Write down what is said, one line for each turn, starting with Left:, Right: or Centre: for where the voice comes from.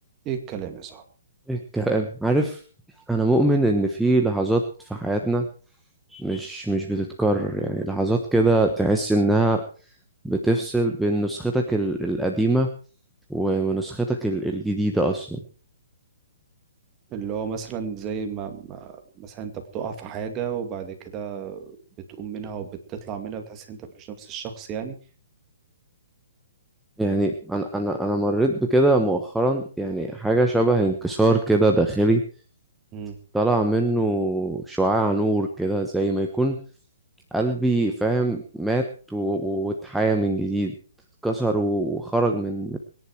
Right: ايه الكلام يا صاحبي
Centre: إيه الكلام عارف انا مؤمن ان في لحظات في حياتنا مش مش بتتكرر يعني لحظات كده تحس انها بتفصل بين نسختك ال- القديمة و- ونسختك ال- الجديدة اصلا
Right: اللي هو مثلا زي ما, ما مثلا انت بتقع في حاجة وبعد كده بتقوم منها وبتطلع منها بتحس ان انت مش نفس الشخص يعني
Centre: يعني انا انا انا مريت بكده مؤخرا يعني حاجة شبه انكسار كده داخلي
Right: مم.
Centre: طلع منه شعاع نور كده زي ما يكون قلبي فاهم مات و- و- واتحيا من جديد اتكسر و- وخرج من